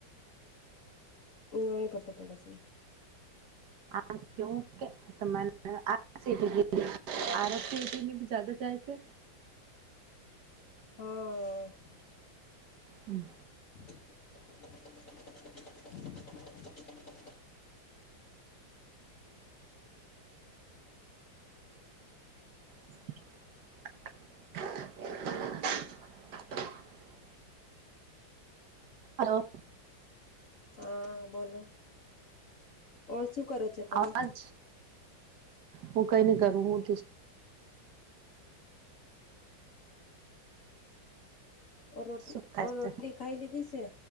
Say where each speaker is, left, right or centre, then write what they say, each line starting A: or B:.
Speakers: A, on the left (about 50°); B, on the right (about 60°).
A: હહી પતો પડે છે
B: આ આરસ સીટીને જદ જાય છે.
A: હમ
B: હમ
A: <inaudible>
B: <inaudible> હલો
A: હા બોલો ઓળ શું કરો છો તમે
B: આજ હું કઈ નહી કરું હું
A: રોટલી
B: શું થાય
A: ઓ રોટલી
B: છે
A: ખાઈ લીધી છે